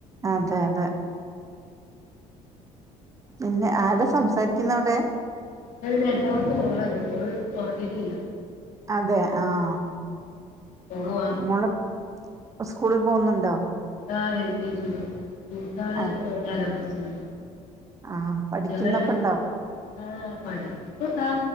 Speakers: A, on the right; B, on the left.
A: അതെ അതെ. പിന്നെ ആരാ സംസാരിക്കുന്നവിടെ?
B: അത് രണ്ടാമത്തെ മോളാണ് ഓൾ ഒറങ്ങിട്ടില്ല.
A: അതെ ആഹ്.
B: <unintelligible>
A: മോള് സ്കൂളിൽ പോകുന്നുണ്ടോ
B: ആഹ് എൽ കെ ജി ല് മൂത്ത ആള്
A: അതെ
B: നാലാം ക്ലാസില.
A: ആഹ് പഠിക്കുന്നൊക്കെ
B: ചെറിയ
A: ഉണ്ടോ
B: ആഹ് പഠിപ്പ് സാ